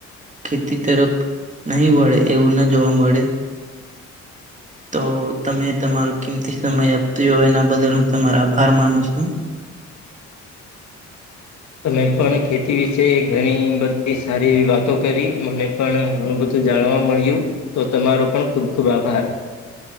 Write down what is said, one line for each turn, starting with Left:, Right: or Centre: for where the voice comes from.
Right: ખેતી તરફ નહી વળે એવું ના જોવા મળે તો તમે તમારો કેમથી સમય આપતી હોય એના બદલ હું તમારો આભાર માનું છું
Left: મેં પણ ખેતી વિશયી ઘણી બધી સારી એવી વાતો કરી મને પણ ઘણું બધું જાણવા મળ્યું તો તમારો પણ ખુબ ખુબ આભાર